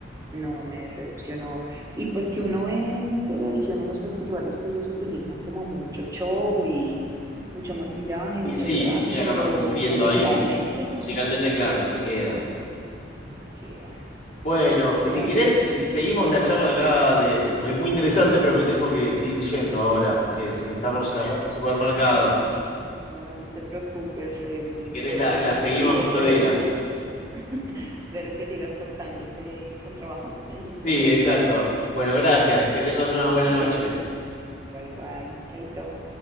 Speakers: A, on the right; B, on the left.
A: no me decepcionó. Y pues que uno ve en televisión en los festivales que ellos utilizan como mucho show y mucho maquillaje,
B: Y
A: mucho
B: sí,
A: traje,
B: termina
A: pero
B: capaz que muriendo
A: musicalmente
B: ahí.
A: no,
B: Musicalmente, claro, se quedan.
A: se queda,
B: Bueno,
A: se quedaron
B: si querés,
A: mucho.
B: seguimos la charla acá. De... Es muy interesante, pero me tengo que, que ir yendo ahora, que se me está por cerrar el supermercado.
A: No, no te preocupes, fue muy
B: Si querés,
A: chévere
B: la,
A: hablar
B: la seguimos
A: contigo. Espero
B: otro día.
A: que, <laughs> espero que sigas tocando ese contrabajo, me dijiste.
B: Sí, exacto. Bueno, gracias. Que tengas una buena
A: Bueno,
B: noche.
A: bye bye, chaito.